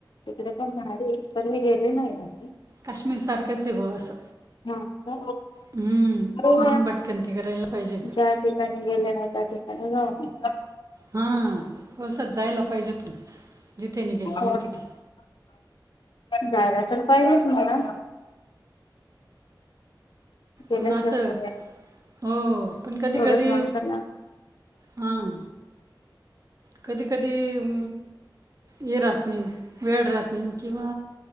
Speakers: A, on the left (about 75°); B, on the right (about 45°).
A: तिकडे पण नाही पण मी गेले नाही आ
B: कश्मीर सर्कलचे बस
A: हा का?
B: हम्म
A: हो
B: म्हणून भटकंती करायला पाहिजे
A: ज्या ठिकाणी गेले नाही त्या ठिकाणी जाऊन
B: हा पाव सात जायला पाहिजे पण जिथे निघालेले
A: हो
B: तिथे
A: जायला तर पाहिजे हम जला
B: पण असं
A: शवा कडे
B: हो पण कधी
A: एवढच
B: कधी
A: माणसा ना
B: हां कधी कधीम ये राहात नाही वेळ राहात नाही किंवा